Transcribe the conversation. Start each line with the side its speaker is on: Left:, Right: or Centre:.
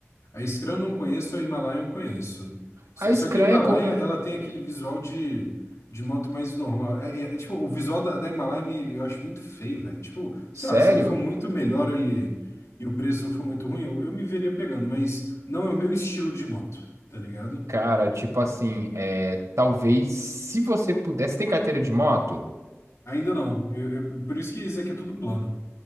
Left: A Scrum eu não conheço, a Himalaia eu conheço. S-
Right: A
Left: Só
Right: Scrum
Left: que a Himalaia,
Right: é como,
Left: ela tem aquele visual de, de moto mais normal. É- é- é, tipo, o visual da, da Himalaia me, eu acho muito feio, velho. Tipo, sei
Right: sério?
Left: lá, se ele for muito melhor e, e o preço não for muito ruim, eu, eu me veria pegando, mas não é o meu estilo de moto, tá ligado?
Right: Cara, tipo assim, é, talvez se você pudesse, tem carteira de moto?
Left: Ainda não. Eu- eu- por isso que isso aqui é tudo plano.